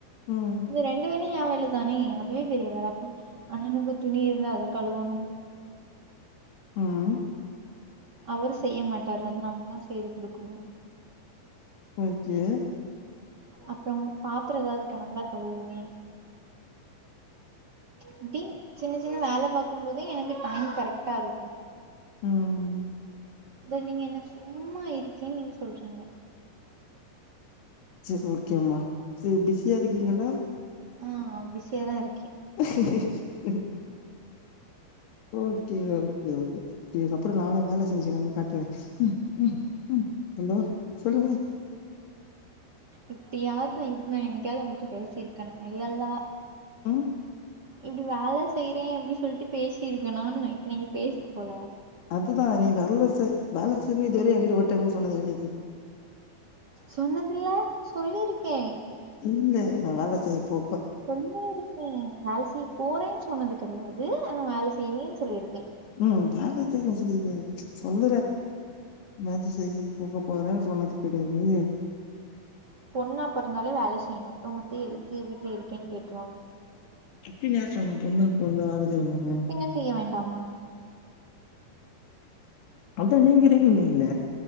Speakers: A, on the left; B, on the right.
A: ம்
B: இந்த ரெண்டு வேலையு ஏ வன் ல்லதானே அதுவே பெரிய வேல அப்பா அண்ணனுக்கு துணி இருந்தா அத கழுவணும்
A: ம் ம்
B: அவரு செய்ய மாட்டார் அத நம்மதா செய்து குடுக்கணும்
A: ஓகே
B: அப்பறம் பாத்றோ எதாவது கெடந்தா கழுவுவே அப்டி சின்ன சின்ன வேல பாக்கும்போதும் எனக்கு டைம் கரெக்ட்டா இருக்கு
A: ம் ம்
B: இத நீங்க என்ன சும்மா இருக்கேன்னு நீங்க சொல்றீங்க
A: செரி ஓகேம்மா செரி பிஸியா இருக்கீங்களா
B: ஆ ஆ பிஸியாதா இருக்கே
A: <inaudible> ஓகே ஓகே ஓகே இதுக்கப்பறோ நானு வேல செஞ்சுக்கிற மாரி காட்டிக்றே ம் ம் ஹலோ சொல்லுங்க
B: இப்டியாவது இப்டிதா என்னக்காவது உங்கள்ட பேசியிருக்கணும் இல்லல்லா
A: ம்
B: இப்டி வேல செய்றே அப்டி சொல்ட்டு பேசி இருக்கணுன்னு நெனக்கிறே இங்க பேசி இருக்கனு போல
A: அதுதா நீ வர்ல செ வேல செய்னு இதுவர ஏங்கிட்ட ஒர் டைமு சொன்னது கெடையாது
B: சொன்னதில்ல சொல்லிருக்கே
A: இல்ல நா வேல செய்யப்போ
B: சொல்லிருக்கே வேல செய்ய போறேன்னு சொன்னது கெடையாது ஆனா வேல செய்வேன்னு சொல்லியிருக்கே
A: ம் வேல செய்ய சொல்லிருவே சொல்லுற எதாச்சு செய்ய பூக போறேன்னு சொன்னது கெடையாது
B: பொண்ணா பொறந்தாலே வேல செய்யணு அப்பறோ வந்து எதுக்கு வீட்ல இருக்கேன்னு கேட்ருவாங்க
A: அப்டினு யாரு சொன்னது பொண்ணா பொறந்தா வேல செய்யணுன்னு
B: என்ன செய்ய வேண்டாமா
A: அவ்ளதா நீங்க இருக்குனீங்ல